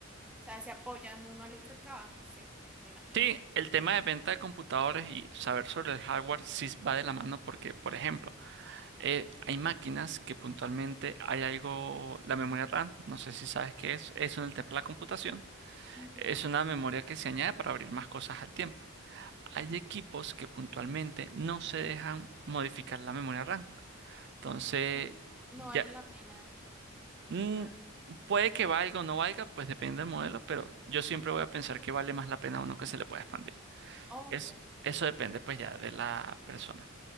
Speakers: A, in the centre; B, on the right.
A: O sea, se apoyan uno al otro el trabajo, sí, me imagino.
B: Sí, el tema de venta de computadores y saber sobre el hardware sí va de la mano porque, por ejemplo, eh, hay máquinas que puntualmente hay algo, la memoria RAM, no sé si sabes qué es, es en el tema de la computación,
A: Ujú.
B: es una memoria que se añade para abrir más cosas al tiempo. Hay equipos que puntualmente no se dejan modificar la memoria RAM. Entonces,
A: Mm, No
B: ya,
A: vale la pena,
B: mm,
A: claro.
B: puede que valga o no valga, pues depende del modelo, pero yo siempre voy a pensar que vale más la pena uno que se le pueda expandir.
A: ok,
B: Es, eso depende pues ya de la persona.